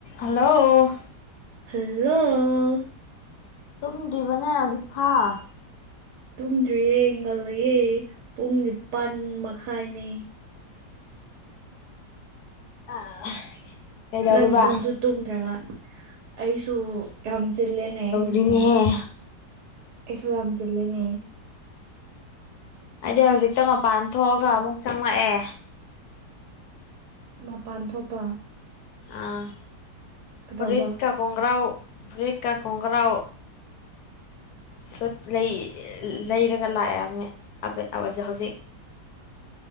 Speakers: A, on the left (about 70°); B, on the right (about 70°).
A: hello
B: hello
A: ꯇꯨꯝꯗ꯭ꯔꯤꯕ ꯅꯪ ꯍꯧꯖꯤꯛ ꯐꯥꯎ
B: ꯇꯨꯝꯗ꯭ꯔꯤꯌꯦ ꯉꯜꯂꯌꯦ ꯄꯨꯡ ꯅꯤꯄꯥꯜ ꯃꯈꯥꯏꯅꯦ
A: <unintelligible> ꯀꯩꯗꯧꯔꯤꯕ
B: ꯅꯪ ꯅꯪꯁꯨ ꯇꯨꯝꯗ꯭ꯔꯒ ꯑꯩꯁꯨ ꯌꯥꯝ ꯆꯤꯜꯂꯦꯅꯦ
A: ꯔꯤꯅꯤꯍꯦ
B: ꯑꯩꯁꯨ ꯌꯥꯝ ꯆꯤꯜꯂꯦꯅꯦ
A: ꯑꯩꯗꯤ ꯍꯧꯖꯤꯛꯇ ꯃꯄꯥꯟ ꯊꯣꯛꯑꯒ ꯑꯃꯨꯛ ꯆꯪꯂꯛꯑꯦ
B: ꯃꯄꯥꯟ ꯊꯣꯛꯄ
A: ꯑꯥ
B: ꯀꯩꯗꯧꯕ
A: ꯐꯨꯔꯤꯠ ꯀꯞ ꯈꯣꯡꯒ꯭ꯔꯥꯎ ꯐꯨꯔꯤꯠꯀꯥ ꯈꯣꯡꯒ꯭ꯔꯥꯎ ꯁꯨꯠ ꯂꯩ ꯂꯩꯔꯒ ꯂꯥꯛꯑꯝꯃꯦ ꯑꯕꯦ ꯍꯧꯖꯤꯛ